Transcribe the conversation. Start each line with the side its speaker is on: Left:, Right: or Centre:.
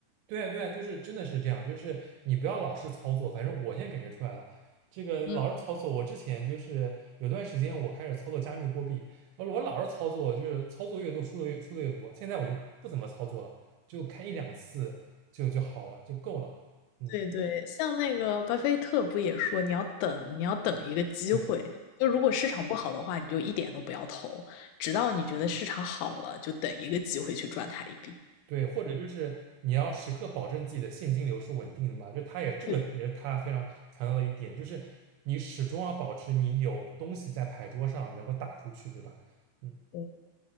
Right: 对啊，对啊，就是真的是这样，就是你不要老是操作，反正我现在感觉出来了，这个老是操作，
Left: 嗯。
Right: 我之前就是有段时间我开始操作加密货币，然后我老是操作，就是操作越多输的越输的越多，现在我就不怎么操作了，就看一两次就就好了，就够了。嗯，
Left: 对对，像那个巴菲特不也说，你要等，你要等一个机会。
Right: 对
Left: 就如果市场不好的话，你就一点都不要投，直到你觉得市场好了，就等一个机会去赚它一笔。
Right: 对，或者就是你要时刻保证自己的现金流是稳定的嘛，就他也这个也是他非常强调的一点，
Left: 对
Right: 就是你始终要保持你有东西在牌桌上能够打出去，对吧？嗯
Left: 对。